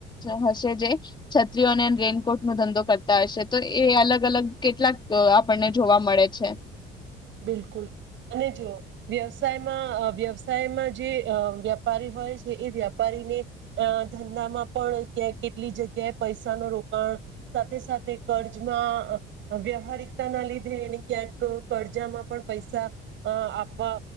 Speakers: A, on the left; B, on the right.
A: હશે જે છત્રીઓને રેનકોટ નો ધંધો કરતા હશે તો એ અલગ અલગ કેટલાક આપણને જોવા મળે છે
B: બિલકુલ અને જો વ્યવસાયમાં વ્યવસાયમાં જે અ વ્યાપારી હોય છે, એ વ્યાપારીને અ ધંધામાં પણ ક્યાં કેટલી જગ્યાએ પૈસા ન રોકાણ સાથે સાથે કર્જમાં અ વ્યવહારિકતાના લીધે એને ક્યાંક પડજામાં પણ પૈસા અ આપવા